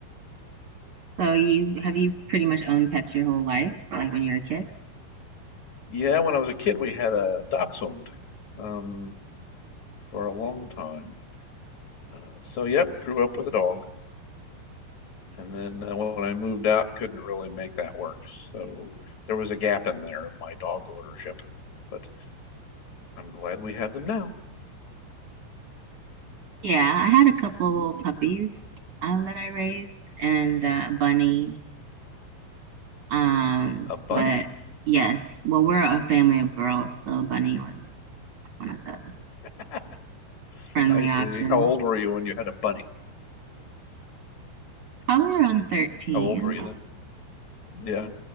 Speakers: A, on the right; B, on the left.
A: So you have you pretty much owned pets your whole life, like when you were a kid?
B: Yeah, when I was a kid, we had a dachshund um, for a long time. Uh, so yep, grew up with a dog, and then uh, when I moved out, couldn't really make that work. So there was a gap in there in my dog ownership, but I'm glad we have them now.
A: Yeah, I had a couple puppies uh, that I raised and uh, a bunny. Um,
B: A bunny.
A: but yes, well, we're a family of girls, so Bunny was one of the
B: <laughs>
A: friendly
B: I see.
A: options.
B: How old were you when you had a bunny?
A: Probably around 13.
B: How old were you then? Yeah,